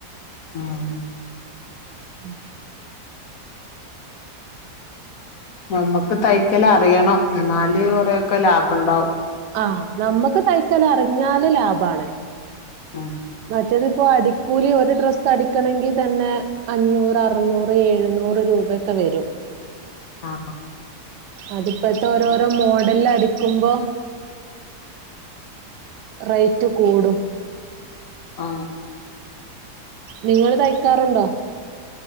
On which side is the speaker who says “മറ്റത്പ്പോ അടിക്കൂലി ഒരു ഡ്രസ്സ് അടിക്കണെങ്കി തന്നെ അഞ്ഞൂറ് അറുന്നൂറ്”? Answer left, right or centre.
Right